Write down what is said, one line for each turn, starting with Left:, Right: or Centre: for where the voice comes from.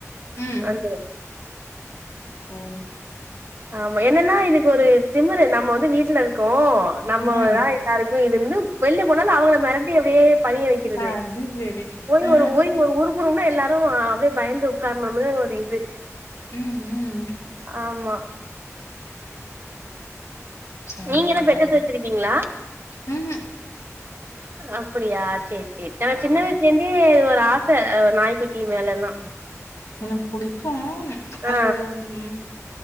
Left: ம்
Right: அந்துரு
Left: ஓ
Right: ஆமா என்னன்னா இதுக்கு ஒரு திமுறு நம்ம வந்து வீட்ல இருக்கோ நம்மதா
Left: ம்
Right: யாருக்கு இதுன்னு வெள்ல போனாலு அவங்கள மெரட்டி அப்டியே பணிய வைக்கிறது
Left: அது சரி
Right: போய்
Left: அ
Right: ஒரு ஓய் ஒரு ஊரு ரும்னா எல்லாரு அப்டே பயந்து உக்காரணுனு ஒரு இது
Left: ம் ம்
Right: ஆமா
Left: சரி
Right: நீங்க
Left: சரிடா
Right: எல்லா பெட்டத்து வச்சிருக்கீங்களா
Left: ம்ஹூம்
Right: அப்டியா சரி சரி நம சின்ன
Left: ஆமா
Right: வயசுல இருந்தே ஒரு ஆச நாய்குட்டி மேலல்லா
Left: எனக்கு புடிக்கும்
Right: ஆ
Left: அது ம்